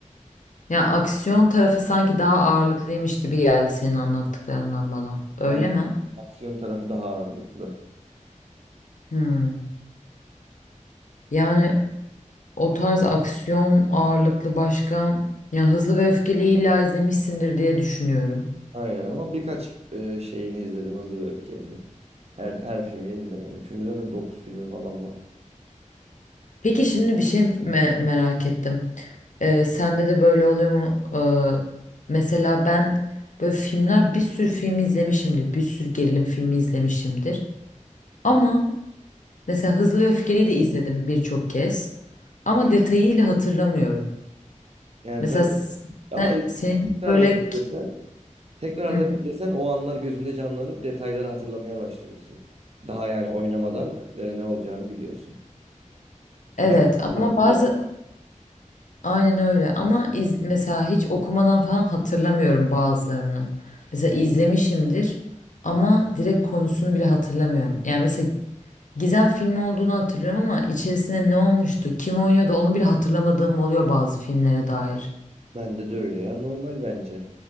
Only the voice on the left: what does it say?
Ya aksiyon tarafı sanki daha ağırlıklıymış gibi geldi senin anlattıklarından bana. Öyle
mi?
Hmm. Yani O tarz aksiyon ağırlıklı başka ya Hızlı ve Öfkeli illa izlemişsindir diye düşünüyorum.
Peki şimdi bir şey me- merak ettim. Ee, sende de böyle oluyor mu? Ee, mesela ben böyle filmler bir sürü film izlemişimdir. Bir sürü gerilim filmi izlemişimdir. Ama mesela Hızlı ve Öfkeli'yi de izledim birçok kez. Ama detayıyla hatırlamıyorum.
Mesela
sen,
senin
böyle
Hı hı.
evet
ama
bazı Aynen öyle ama iz, mesela hiç okumadan falan hatırlamıyorum bazılarını. Mesela izlemişimdir ama direkt konusunu bile hatırlamıyorum. Yani mesela Gizem filmi olduğunu hatırlıyorum ama içerisinde ne olmuştu, kim oynuyordu onu bile hatırlamadığım oluyor bazı filmlere dair.